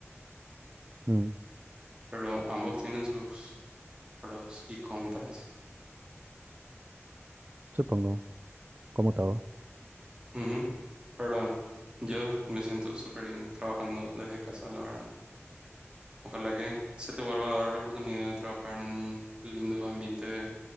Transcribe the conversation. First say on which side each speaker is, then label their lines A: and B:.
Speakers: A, on the right (about 40°); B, on the right (about 20°).
A: mm,
B: Pero ambos tienen sus pros y contras.
A: supongo, como todo.
B: Ujú. Pero yo me siento súper bien trabajando desde casa, la verdad. Ojalá que se te vuelva a dar la oportunidad de trabajar en un lindo ambiente de